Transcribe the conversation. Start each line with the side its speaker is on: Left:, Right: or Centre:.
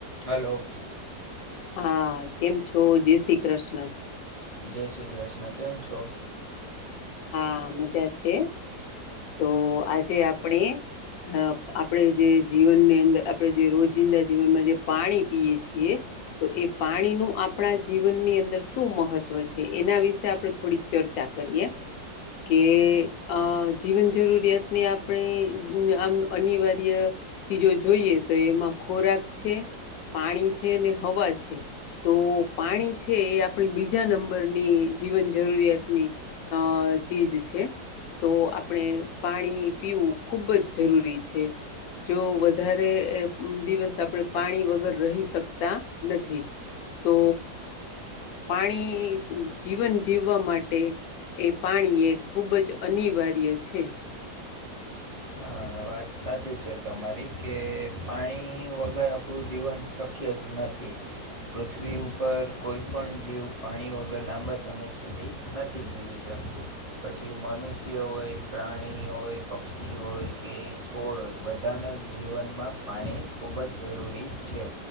Right: Hello.
Left: હા કેમ છો જય શ્રી કૃષ્ણ
Right: જય શ્રી કૃષ્ણ કેમ છો
Left: હા મજા છે તો આજે આપણે અ આપણે જે જીવનની અંદર આપણે જે રોજિંદા જીવનમાં જે પાણી પીએ છીએ તો એ પાણીનું આપણા જીવનની અંદર શું મહત્વ છે એના વિશે આપણે થોડીક ચરચા કરિએ કે આ જીવન જરૂરિયાતને આપણે આમ અનિવાર્ય ચીજો જોઈએ તો એમાં ખોરાક છે પાણી છે ને હવા છે તો પાણી છે એ આપણી બીજા નંબરની જીવન જરૂરિયાતની અ ચીજ છે તો આપણે પાણી પીવું ખૂબ જ જરૂરી છે જો વધારે દિવસ આપણે પાણી વગર રહી શકતા નથી તો પાણી જીવન જીવવા માટે એ પાણી એ ખૂબ જ અનિવાર્ય છે
Right: હા વાત સાચી છે તમારી કે પાણી વગર આપણું જીવન શક્ય જ નથી પૃથ્વી ઉપર કોઈ પણણ જીવ પાણી વગર લાંબા સમય સુધી નથી જીવી શકતું પછી મનુષ્ય હોય પ્રાણી હોય પક્ષી હોય કે છોડ હોય બધાને જીવનમાં પાણી ખૂબ જ જરૂરી છે